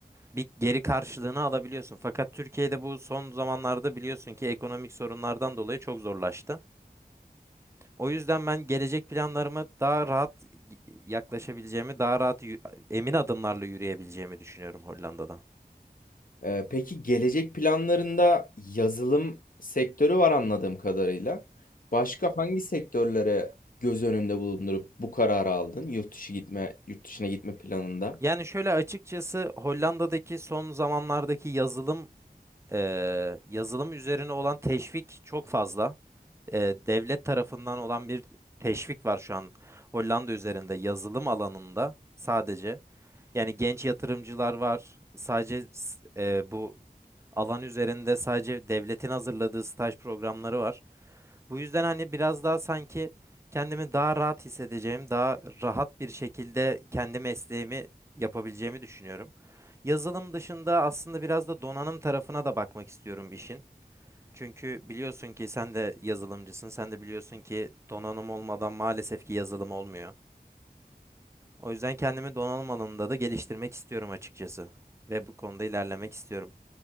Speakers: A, on the right (about 15°); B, on the left (about 60°).
A: bir geri karşılığını alabiliyorsun. Fakat Türkiye'de bu son zamanlarda biliyorsun ki ekonomik sorunlardan dolayı çok zorlaştı. O yüzden ben gelecek planlarıma daha rahat yaklaşabileceğimi, daha rahat yü- emin adımlarla yürüyebileceğimi düşünüyorum Hollanda'da.
B: Ee, peki gelecek planlarında yazılım sektörü var anladığım kadarıyla. Başka hangi sektörlere göz önünde bulundurup bu kararı aldın? Yurt dışı gitme, yurt dışına gitme planında.
A: Yani şöyle açıkçası Hollanda'daki son zamanlardaki yazılım eee, yazılım üzerine olan teşvik çok fazla. Eee, devlet tarafından olan bir teşvik var şu an Hollanda üzerinde yazılım alanında sadece. Yani genç yatırımcılar var. Sadece s- e, bu alan üzerinde sadece devletin hazırladığı staj programları var. Bu yüzden hani biraz daha sanki kendimi daha rahat hissedeceğim, daha rahat bir şekilde kendi mesleğimi yapabileceğimi düşünüyorum. Yazılım dışında aslında biraz da donanım tarafına da bakmak istiyorum işin. Çünkü biliyorsun ki sen de yazılımcısın, sen de biliyorsun ki donanım olmadan maalesef ki yazılım olmuyor. O yüzden kendimi donanım alanında da geliştirmek istiyorum açıkçası. Ve bu konuda ilerlemek istiyorum.